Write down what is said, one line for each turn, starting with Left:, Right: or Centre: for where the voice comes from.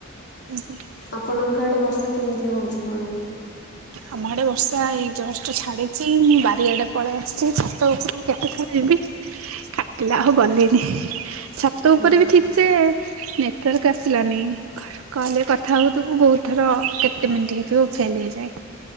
Right: ଉଁ ହୁଁ।
Left: ଆପଣଙ୍କ ଆଡେ ବର୍ଷା କେମିତି ହଉଚି କଣ?
Right: ଆମ ଆଡେ ବର୍ଷା ଏଇ ଜଷ୍ଟ ଛାଡିଚି, ମୁଁ ବାରିଆଡେ ପଳେଇ ଆସିଚି, ଛାତ ଉପରୁକୁ କେତେଥର ଯିବି। ଖାକିଲା ଆଉ ଗଲିନି, ଛାତ
Left: ହୁଁ,
Right: ଉପରେ ବି ଠିକ୍ ସେ ନେଟୱାର୍କ ଆସିଲାନି। କହିଲେ କଥା ହଉଥୁବୁ ବହୁତ ଥର କେତେ ମିନିଟ୍ ହେଇଥିବ ଫେଲ ହେଇଯାଏ।